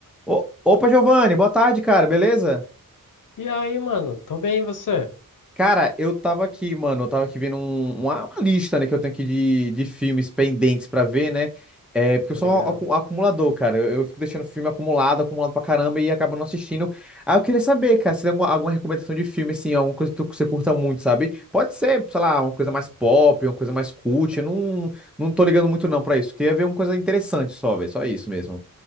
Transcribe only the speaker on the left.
E aí, mano? Tô bem, e você?
Tô
ligado,